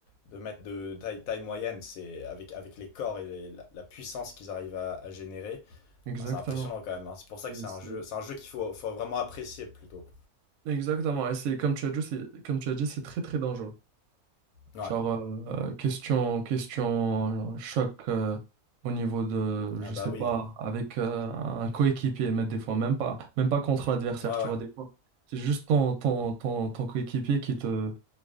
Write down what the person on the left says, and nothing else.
de mètres de taille, taille moyenne, c'est avec, avec les corps et les, la, la puissance qu'ils arrivent à, à générer.
Enfin, c'est impressionnant quand même. hein. C'est pour ça
que c'est
un jeu, c'est un jeu qu'il faut, faut vraiment apprécier plutôt.
Ouais.
Ah
bah oui.
Ouais
ouais.